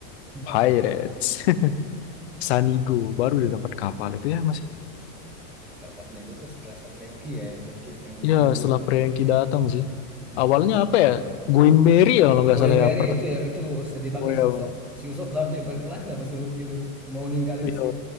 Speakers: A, in the centre; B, on the left.
A: Mm-mm.
B: Pirates. <laughs> Sanigo baru dia dapat kapal itu ya Mas.
A: Perkapasan ego tuh setelah sama Frankie ya yang mikir yang
B: Ya
A: ngebul.
B: setelah Prengki datang sih.
A: Mm-mm.
B: Awalnya apa ya? Going Merry ya kalau nggak
A: Going
B: salah ya
A: Merry
B: pertama.
A: itu ya itu sedih banget
B: Oh ya,
A: si Usop.
B: Mas.
A: Si Usop sampai berkelahi sama si Luffy tuh mau ninggalin
B: Iya,
A: si